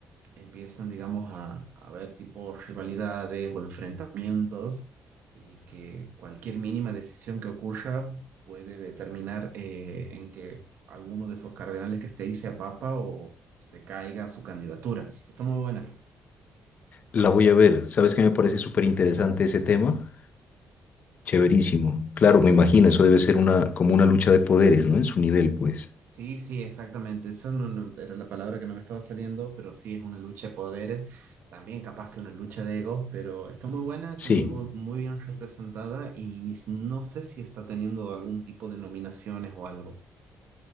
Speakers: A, on the right; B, on the left.
A: empiezan, digamos, a, a haber tipo rivalidades o enfrentamientos y que cualquier mínima decisión que ocurra puede determinar eh, en que alguno de esos cardenales que esté ahí sea papa o se caiga su candidatura. Está muy buena.
B: La voy a ver. ¿Sabes qué me parece súper interesante ese tema? Chéverísimo. Claro, me imagino, eso debe ser una, como una lucha de poderes, ¿no? En su nivel, pues.
A: Sí, sí, exactamente. Esa no, no- era la palabra que no me estaba saliendo, pero sí es una lucha de poderes, también capaz que una lucha de egos, pero está muy buena, está
B: Sí.
A: muy, bu- muy bien representada y ni s- no sé si está teniendo algún tipo de nominaciones o algo.